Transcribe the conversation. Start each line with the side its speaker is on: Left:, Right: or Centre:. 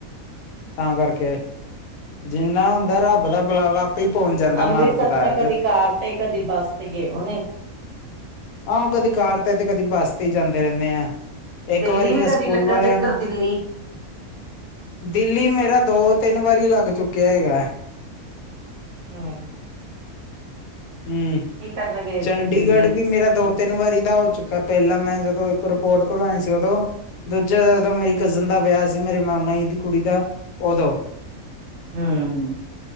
Left: ਤਾਂ ਕਰਕੇ ਜਿੰਨਾ ਹੁੰਦਾ ਰੱਬ ਦਾ ਬੁਲਾਵਾ, ਹੀ ਪਹੁੰਚ ਜਾਂਦਾ
Right: ਅੰਮ੍ਰਿਤਸਰ
Left: ਮਾਲਕ ਦਾ
Right: ਤਾਂ
Left: ਜਦੋਂ
Right: ਕਦੀ ਤੇ ਕਦੀ ਬੱਸ ਤੇ ਗਏ। ਉਹਨੇ
Left: ਹਾਂ ਕਦੀ ਕਾਰ ਤੇ ਤੇ ਕਦੀ ਬੱਸ ਤੇ ਹੀ ਜਾਂਦੇ ਰਹਿੰਦੇ ਆ। ਇੱਕ
Right: ਦਿੱਲੀ
Left: ਵਾਰੀ ਮੈਂ
Right: ਵੀ
Left: ਸਕੂਲ
Right: ਕਦੀ ਲੱਗਾ
Left: ਵਾਲਿਆਂ
Right: ਚੱਕਰ
Left: ਨਾਲ।
Right: ਦਿੱਲੀ
Left: ਦਿੱਲੀ ਮੇਰਾ ਦੋ ਤੇ ਤਿੰਨ ਵਾਰੀ ਲੱਗ ਚੁੱਕਿਆ ਹੈਗਾ।
Right: ਹੂੰ
Left: ਹਮ
Right: ਕੀ ਕਰਨ ਗਏ
Left: ਚੰਡੀਗੜ੍ਹ
Right: ਸੀ ਦਿੱਲੀ
Left: ਵੀ ਮੇਰਾ ਦ ਤਿੰਨ ਵਾਰੀ ਦਾ ਹੋ ਚੁੱਕਾ ਪਹਿਲਾਂ ਮੈਂ ਜਦੋਂ ਇੱਕ ਰਿਪੋਰਟ ਕਰਵਾਉਣੀ ਸੀ ਉਦੋਂ, ਦੂਜੇ ਜਦੋਂ ਮੇਰੀ ਕਜ਼ਨ ਦਾ ਵਿਆਹ ਸੀ ਮੇਰੇ ਮਾਮਾ ਜ ਦੀ ਕੁੜੀ ਦਾ,, ਉਦੋਂ
Right: ਹਮ!